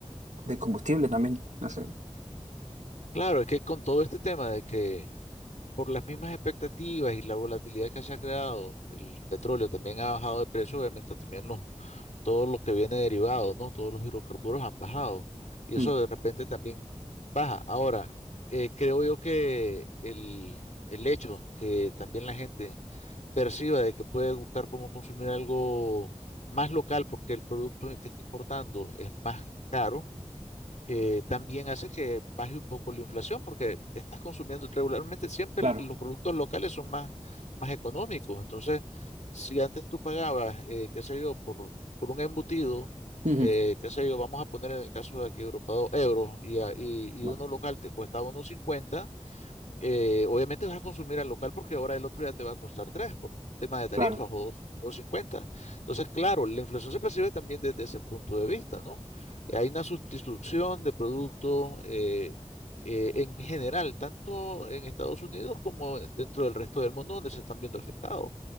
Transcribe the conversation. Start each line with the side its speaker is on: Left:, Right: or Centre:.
Right: del combustible también, no sé.
Left: Claro, es que con todo este tema de que por las mismas expectativas y la volatilidad que se ha creado, el petróleo también ha bajado de precio, obviamente también los, todo lo que viene derivado, ¿no? Todos los hidrocarburos han bajado y eso
Right: Mm,
Left: de repente también baja. Ahora, eh, creo yo que el, el hecho que también la gente perciba de que puede buscar cómo consumir algo más local porque el producto que está importando es más caro eh, también hace que baje un poco la inflación porque estás consumiendo regularmente, siempre
Right: claro.
Left: l- los productos locales son más, más económicos. Entonces, si antes tú pagabas, eh, qué sé yo, por, por un embutido,
Right: Ujú,
Left: eh, qué sé yo, vamos a poner en el caso de aquí de Europa, dos euros y, a- y,
Right: Bueno,
Left: y uno local te cuesta uno cincuenta eh, obviamente vas a consumir al local porque ahora el otro ya te va a costar 3 por tema de tarifas
Right: claro.
Left: o dos- dos cincuenta Entonces, claro, la inflación se percibe también desde ese punto de vista, ¿no? Eh, Hay una sustitución de productos eh, eh, en general, tanto en Estados Unidos como dentro del resto del mundo donde se están viendo afectados.